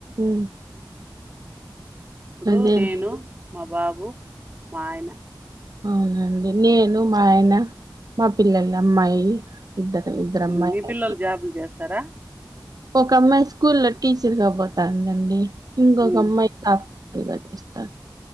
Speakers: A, on the right; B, on the right.
A: ఉమ్,
B: ఇప్పుడు
A: అదే
B: నేను, మా బాబు, మా ఆయన
A: అవునండి నేను, మా ఆయన, మా పిల్లలు అమ్మాయి ఇద్దరు ఇద్దరు అమ్మాయిలు
B: మీ పిల్లలు జాబులు చేస్తారా?
A: ఒక అమ్మాయి స్కూల్ లో టీచర్గా పోతందండి. ఇంకొక
B: హ్మ్.
A: అమ్మాయి జ లేదండి పిస్తా